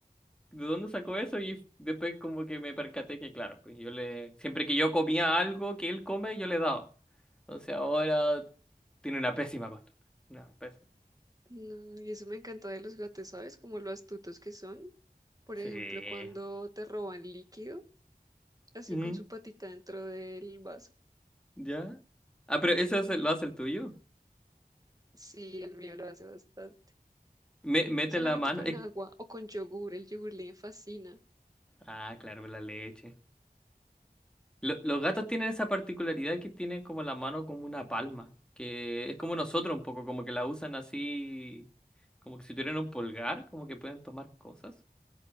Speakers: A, in the centre; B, on the right (about 25°).
A: de dónde sacó eso y después como que me percaté que, claro, pues yo le, siempre que yo comía algo que él come, yo le daba. Entonces ahora tiene una pésima costumbre. Una pésima.
B: No, y eso me encanta de los gatos, ¿sabes? Como lo astutos que son. Por ejemplo,
A: Sí.
B: cuando te roban líquido, así
A: Ujú,
B: con su patita dentro del vaso.
A: ¿Ya? Ah, pero eso hace- lo hace el tuyo.
B: Sí, el mío lo hace bastante.
A: Me- mete
B: Solamente
A: la mano.
B: con
A: eh,
B: agua o con yogur, el yogur le fascina.
A: Ah, claro, la leche. Lo- los gatos tienen esa particularidad que tienen como la mano como una palma, que es como nosotros un poco, como que la usan así, como que si tuvieran un pulgar, como que pueden tomar cosas.